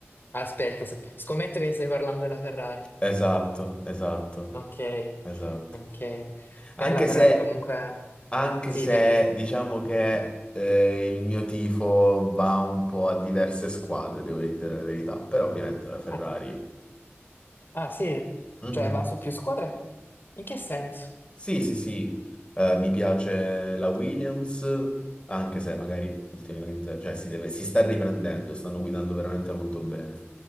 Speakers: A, on the left (about 50°); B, on the left (about 25°).
A: Aspetta, s- scommetto che stai parlando della Ferrari.
B: Esatto, esatto,
A: Ok,
B: esatto.
A: ok. Eh,
B: Anche
A: la Ferrari
B: se,
A: comunque...
B: anche
A: Sì,
B: se
A: dimmi.
B: diciamo che eh, il mio tifo va un po' a diverse squadre, devo dire la verità, però ovviamente la Ferrari.
A: Ah, ah, sì?
B: Mhm.
A: Cioè va su più squadre? In che senso?
B: Sì, sì, sì, Eh, mi piace la Williams, anche se magari ultimamente, cioè si deve- si sta riprendendo, stanno guidando veramente molto bene.